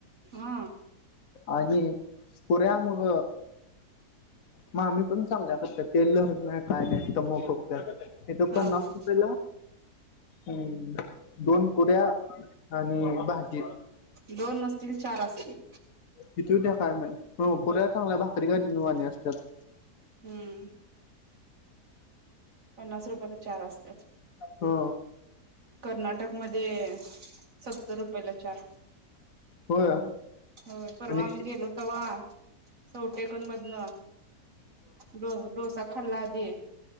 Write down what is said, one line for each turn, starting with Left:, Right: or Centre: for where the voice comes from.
Right: हा
Left: आणि पुऱ्या मग मग आम्ही पण चांगल्या करतात. तेल लावत नाही काय नाही. टम्म फुगत्यात. हे तो पन्नास
Right: हा हा
Left: रुपयाला, हम्म. दोन पुऱ्या आणि भाजी.
Right: दोन नसतील चार असतील.
Left: कितीे होत्या काय माहित? पण पुऱ्या चांगल्या भाकरी गवाणी असत्यात.
Right: हं. पन्नास रुपयाला चार असत्यात.
Left: ह
Right: कर्नाटक मध्ये सत्तर रुपयला चार.
Left: होय
Right: होय, परवा
Left: आणि
Right: आम्ही गेलो तव्हा चवटेकन मधन डो डोसा खा खाल्लादी.